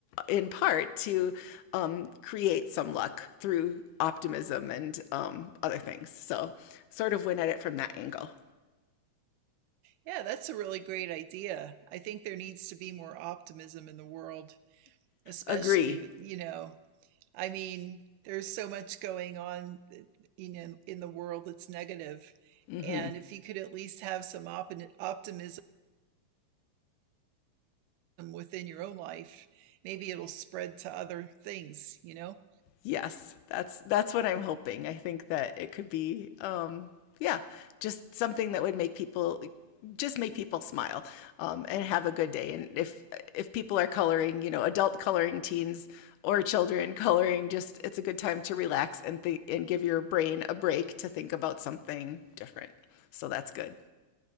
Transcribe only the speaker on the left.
in part to um, create some luck through optimism and um, other things. So, sort of win at it from that angle.
Agree.
Mm-hmm.
Yes, that's that's what I'm hoping. I think that it could be, um, yeah, just something that would make people just make people smile um, and have a good day. And if if people are coloring, you know, adult coloring teens or children coloring, just it's a good time to relax and think and give your brain a break to think about something different. So that's good.